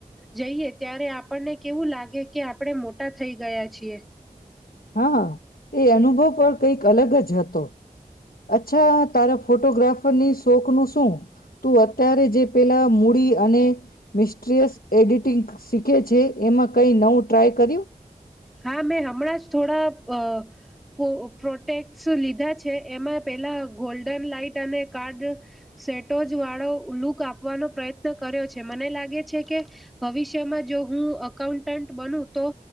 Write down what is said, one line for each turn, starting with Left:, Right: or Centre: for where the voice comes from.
Centre: જઈએ ત્યારે આપણને કેવું લાગે કે આપણે મોટા થઈ ગયા છીએ.
Left: હા એ અનુભવ પણ કઈક અલગ જ હતો. અચ્છા તારા ફોટોગ્રાફરની શોખનું શું તું અત્યારે જે પેલા મૂડી અને મિસ્ટ્રીિયસ એડિટિંગ શીખે છે એમાં કઈ નવું ટ્રાય કર્યું.
Centre: હા મેં હમણાં જ થોડા અ પ્રોટેક્ટસ લીધા છે એમાં પેલા ગોલ્ડન લાાઈટ અને કાર્ડ સેટોજ વાળો લુક આપવાનો પ્રયત્ન કર્યો છે મને લાગે છે કે ભવિષ્યમાં જો હું અઉન્ટન્ટ બન તો.